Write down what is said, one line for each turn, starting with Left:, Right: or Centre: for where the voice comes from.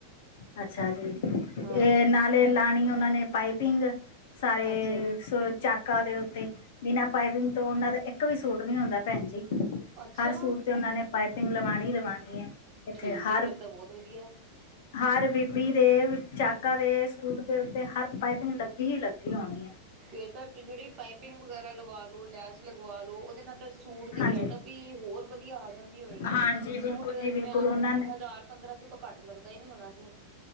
Left: ਅੱਛਾ ਜੀ,
Right: ਹਾਂ
Left: ਏ ਨਾਲੇ ਲਾਣੀ ਓਨਾਂ ਨੇ ਪਾਈਪਿੰਗ। ਸਾਰੇ
Right: ਅੱਛਾ
Left: ਸੋ ਚਾਕਾਂ ਦੇ ਉੱਤੇ ਬਿਨਾ ਪਾਈਪਿੰਗ ਤੋ ਓਨਾਂ ਦੇ ਇੱਕ ਵੀ ਸੂਟ ਨੀ ਹੁੰਦਾ ਪੈਨਜੀ
Right: ਅੱਛਾ
Left: ਹਰ ਸੂਟ ਤੇ ਓਨਾਂ ਨੇ ਪਾਈਪਿੰਗ ਲਵਾਨੀ ਈ ਲਵਾਨੀ ਏ। ਇੱਥੇ
Right: ਠੀਕ
Left: ਹਰ
Right: ਹੈ ਫਿਰ ਤਾਂ ਬਹੁਤ ਵਧੀਆ
Left: ਹਰ ਬੀਬੀ ਦੇ ਚਾਕਾ ਦੇ ਸੂਟ ਦੇ ਉੱਤੇ, ਹਰ ਪਾਈਪਿੰਗ ਲੱਗੀ ਹੀ ਲੱਗੀ ਹੋਨੀ ਏ।
Right: ਫੇਰ ਤਾ ਕਿਡਰੀ ਪਾਈਪਿੰਗ ਵਗੈਰਾ ਲਵਾ ਲੋ, ਲੈਸ ਲਗਵਾ ਲੋ, ਓਦੇ ਨਾਲ ਤਾ ਸੂਟ ਦੀ
Left: ਹਾਂਜੀ,
Right: ਗੇਟਪ ਵੀ ਹੋਰ ਵਦੀਆ ਜਾਂਦੀ ਹੋਨੀ,
Left: ਹਾਂਜੀ ਬਿਲਕੁਲ
Right: ਸੂਟ
Left: ਜੀ ਬਿਲਕੁਲ
Right: ਜਿਵੇਂ ਹ
Left: ਉਹਨਾਂ ਨੇ
Right: ਹਜ਼ਾਰ-ਪੰਦਰਾਂ ਸੌ ਤੋ ਘੱਟ ਲੱਗਦਾ ਈ ਨੀ ਹੋਨਾ ਸੂਟ